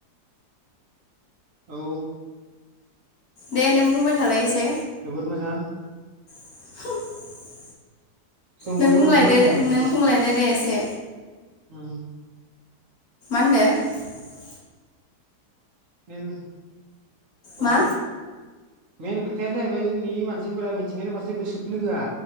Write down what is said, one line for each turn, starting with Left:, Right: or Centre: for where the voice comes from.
Right: औ
Left: दे नों बुंबाय थालाय एसे
Right: जोबोद मोजां।
Left: <unintelligible>
Right: जों बयबो
Left: नों बुंलायदो
Right: नाजानांगौ
Left: दे
Right: येस
Left: नों बुंलायदो दे एसे
Right: उम
Left: <unintelligible>
Right: <unintelligible>
Left: मा
Right: औ मेन खोथाया जाहैबाय जोंनि मानसिफोरा मिथिंगानि फारसे गोसोखोनो होआ